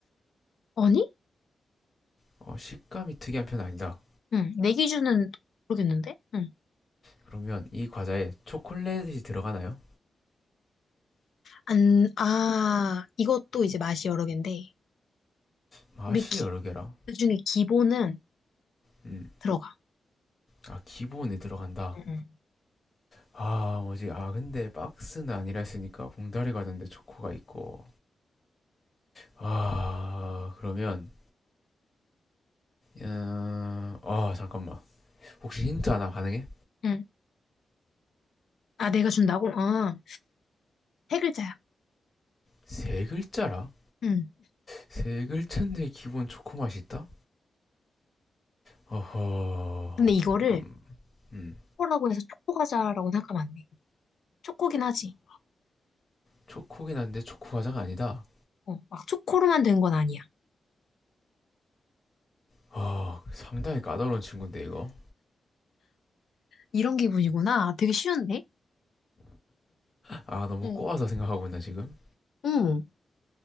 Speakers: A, on the left; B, on the left.
A: 아니?
B: 어, 식감이 특이한 편은 아니다.
A: 응. 내 기준은 모르겠는데? 응.
B: 그러면 이 과자에 초콜릿이 들어가나요?
A: 안, 아, 이것도 이제 맛이 여러 개인데,
B: 맛이
A: 우리 기,
B: 여러 개라.
A: 그중에 기본은
B: 음,
A: 들어가.
B: 아, 기본에 들어간다.
A: 응, 응.
B: 아, 뭐지? 아, 근데 박스는 아니라 했으니까 봉다리 과자인데 초코가 있고. 아, 그러면, 음, 아, 잠깐만. 혹시 힌트 하나 가능해?
A: 응. 아, 내가 준다고? 어, 세 글자야.
B: 세 글자라?
A: 응.
B: 세 글자인데 기본 초코 맛이 있다? 어허
A: 근데 이거를
B: 잠깐 음
A: 초코라고 해서 초코과자라고 생각하면 안 돼. 초코긴 하지.
B: 초코긴 한데 초코 과자가 아니다
A: 어, 막 초코로만 된 건 아니야.
B: 아 상당히 까다로운 친구인데 이거
A: 이런 기분이구나. 아, 되게 쉬운데?
B: 아 너무
A: 어.
B: 꼬아서 생각하고 있나 지금
A: 응.